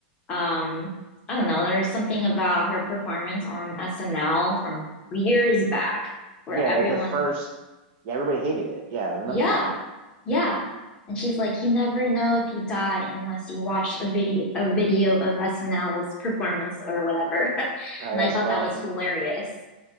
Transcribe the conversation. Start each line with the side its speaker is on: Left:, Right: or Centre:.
Left: um, I don't know, there was something about her performance on SNL from years back where
Right: yeah,
Left: everyone
Right: like her first. Yeah, everybody hated it. Yeah, I remember
Left: Yeah,
Right: that.
Left: yeah. And she's like, you never know if you die unless you watch a video a video of SNL's performance or whatever. <laughs>
Right: Oh,
Left: And I
Right: that's
Left: thought
Right: funny.
Left: that was hilarious.